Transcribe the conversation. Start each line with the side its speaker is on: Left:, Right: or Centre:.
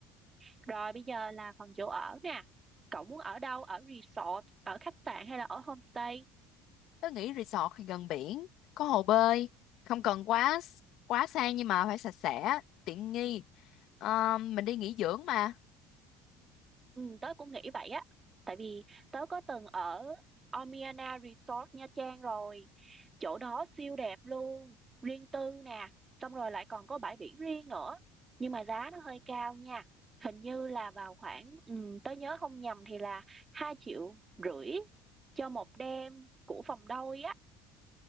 Right: rồi bây giờ là phần chỗ ở nè cậu muốn ở đâu ở resort ở khách sạn hay là ở homestay
Left: Tớ nghĩ resort thì gần biển, có hồ bơi, không cần quá quá sang nhưng mà phải sạch sẽ, tiện nghi. Ờ, mình đi nghỉ dưỡng mà.
Right: Ừ, tớ cũng nghĩ vậy á. Tại vì tớ có từng ở Omiana Resort Nha Trang rồi. Chỗ đó siêu đẹp luôn, riêng tư nè, xong rồi lại còn có bãi biển riêng nữa. Nhưng mà giá nó hơi cao nha. Hình như là vào khoảng ừ, tớ nhớ không nhầm thì là hai triệu rưỡi cho một đêm của phòng đôi á.